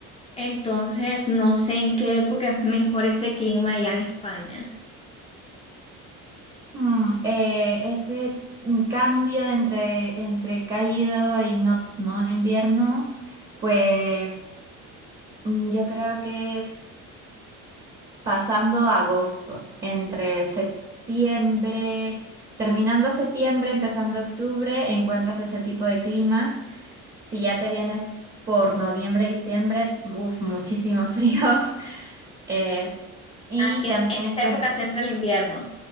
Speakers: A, on the left; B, on the right.
A: Entonces, no sé en qué época es mejor ese clima allá en España.
B: Mm, eh, ese mm, cambio entre, entre cálido y no, no invierno, pues mm, yo creo que es... pasando a agosto, entre septiembre, terminando septiembre, empezando octubre, encuentras ese tipo de clima. Si ya te vienes por noviembre, diciembre, uff, muchísimo frío. <laughs> Eh, y
A: Ah, es que
B: también
A: en
B: encuentras,
A: esa época se entra el invierno.